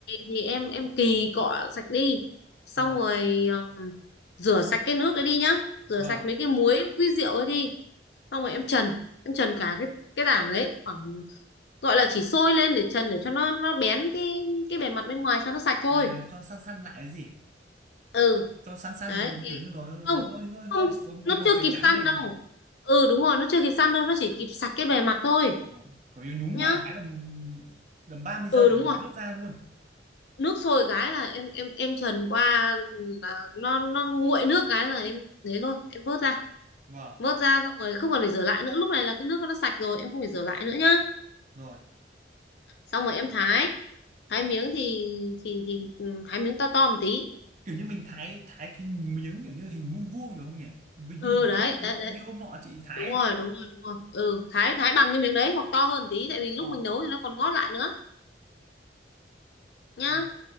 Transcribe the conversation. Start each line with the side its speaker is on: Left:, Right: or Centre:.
Left: thì em em kỳ cọ sạch đi xong
Right: rồi
Left: rồi ừm, rửa sạch cái nước ấy đi nhá rửa
Right: vâng
Left: sạch mấy cái muối với rượu ấy đi xong rồi em trần em trần cả cái cái tảng đấy khoảng gọi là chỉ sôi lên để trần để cho nó nó bén cái cái bề mặt bên ngoài cho nó sạch thôi
Right: là cho săn săn lại cái gì
Left: ừ
Right: cho săn săn
Left: đấy thì
Right: kiểu như nó
Left: không
Right: nó hơi hơi hơi
Left: không
Right: có
Left: nó
Right: tí màu
Left: chưa
Right: trắng
Left: kịp
Right: trắng
Left: săn
Right: lên
Left: đâu
Right: gì
Left: ừ đúng rồi nó chưa kịp săn đâu nó chỉ kịp sạch cái bề mặt thôi
Right: Vâng. kiểu như nhúng
Left: nhá
Right: vào cái là đầm 30 giây
Left: ừ
Right: là
Left: đúng
Right: mình
Left: rồi
Right: vớt ra luôn
Left: nước sôi cái là em em em trần qua là nó nó nguội nước cái là em thế luôn em vớt ra
Right: vâng
Left: vớt ra xong rồi không còn phải rửa lại nữa lúc này là cái nước nó sạch rồi em không phải rửa lại nữa nhá
Right: rồi
Left: xong rồi em thái thái miếng thì thì thì ừ, thái miếng to to một tí
Right: kiểu như mình thái thái cái miếng kiểu như hình vuông vuông được không nhỉ Hình
Left: ừ đấy
Right: vuông
Left: đấy
Right: đúng không
Left: đấy
Right: như hôm nọ chị thái
Left: đúng rồi
Right: ấy.
Left: đúng rồi đúng rồi ừ thái thái bằng cái miếng đấy hoặc to hơn một tí tại vì lúc
Right: ờ
Left: mình nấu thì nó còn ngót lại nữa nhá
Right: rồi